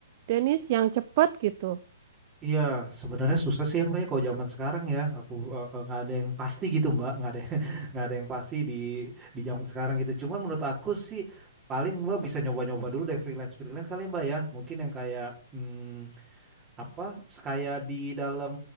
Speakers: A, on the right (about 45°); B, on the right (about 20°).
A: Denis, yang cepet gitu?
B: Iya, sebenarnya susah sih ya Mbak ya kalau zaman sekarang ya. Aku eh, eh, nggak ada yang pasti gitu Mbak, nggak ada <laughs> nggak ada yang pasti di di zaman sekarang gitu. Cuman menurut aku sih paling Mbak bisa nyoba-nyoba dulu deh freelance freelance kali ya, Mbak ya. Mungkin yang kayak hmm, apa kayak di dalam